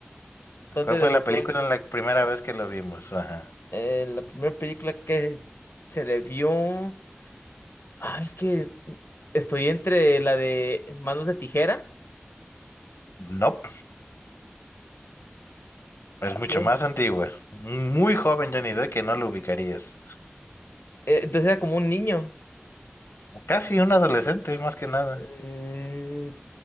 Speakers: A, on the left; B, on the left.
A: ¿Dónde
B: ¿Cuál fue
A: debutó
B: la película en la primera vez que lo vimos? Ajá.
A: Eh, la primera película que se le vio. Ah, es que estoy entre la de Manos de Tijera.
B: No. Es
A: Ay,
B: mucho
A: Dios.
B: más antigua. Muy joven Johnny Depp que no lo ubicarías.
A: Eh, entonces era como un niño.
B: Casi un adolescente, más que nada.
A: Eh,